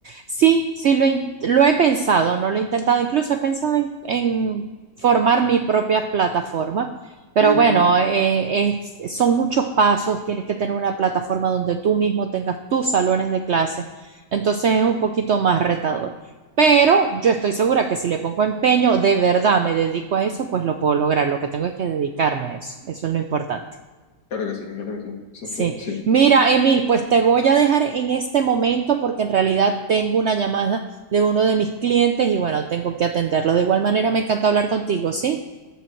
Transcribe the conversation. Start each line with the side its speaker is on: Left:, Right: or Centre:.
Right: Sí, sí, lo, in- lo he pensado, no lo he intentado, incluso he pensado en, en formar mi propia plataforma, pero
Left: Ujú,
Right: bueno, eh, es- son muchos pasos, tienes que tener una plataforma donde tú mismo tengas tus salones de clase, entonces es un poquito más retador, pero yo estoy segura que si le pongo empeño, de verdad me dedico a eso, pues lo puedo lograr, lo que tengo es que dedicarme a eso, eso es lo importante.
Left: Claro que sí, claro que sí. Eso
Right: Sí,
Left: es lo- sí,
Right: mira,
Left: sí.
Right: Emil, pues te voy a dejar en este momento porque en realidad tengo una llamada de uno de mis clientes y bueno, tengo que atenderlo. De igual manera, me encanta hablar contigo, ¿sí?